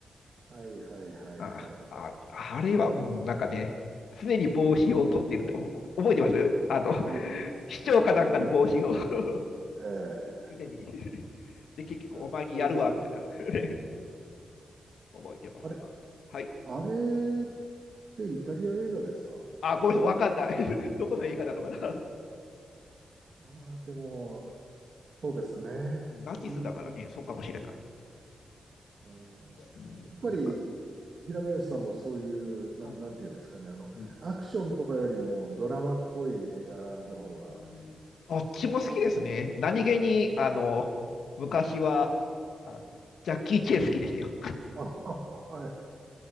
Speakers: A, on the right (about 45°); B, on the left (about 80°).
A: はいはいはいはい。
B: あ、あ、あれはもうなんかね、常に帽子を取っていると思覚えてますあの、<laughs>
A: あ、覚えてます。
B: 市長かなんかの帽子を
A: 覚えてます。
B: <laughs>
A: ええ
B: 常にで、結局お前にやるわ、
A: あれもいい映画。
B: みたいな <laughs> 覚えてますわ。
A: あれ、
B: はい。
A: あれってイタリア映画ですか
B: あ、ごめんなさい、わかんない。<laughs> どこの映画なのかな。
A: まあでも、そうですね。
B: <laughs> ナチスだからね、
A: いい
B: そうかもしれない。
A: うんやっぱり、
B: うん、なんか、
A: 平林さんもそういう、な、
B: うん、
A: なんていうんですかね、あの、
B: うん
A: アクションとかよりもドラマっぽい映画の方が、
B: うんどっちも好きですね。何気に、あの、昔は、あの、ジャッキー・チェン好きでしたよ。
A: あ、<laughs> はい、